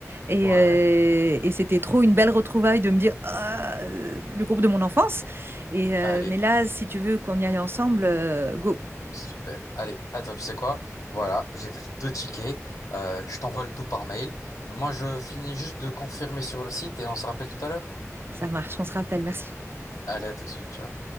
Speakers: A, on the right; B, on the left.
A: Et,
B: ouais.
A: euh, et c'était trop une belle retrouvaille de me dire Ah, euh, le groupe de mon enfance. Et, euh,
B: Allez,
A: mais là, si tu veux qu'on y aille ensemble, euh, go,
B: super. Allez, attends, tu sais quoi? Voilà, j'ai pris deux tickets. Euh, je t'envoie le tout par mail. Moi, je finis juste de confirmer sur le site et on se rappelle tout à l'heure.
A: ça marche, on se rappelle. Merci.
B: Allez, à tout de suite. Ciao.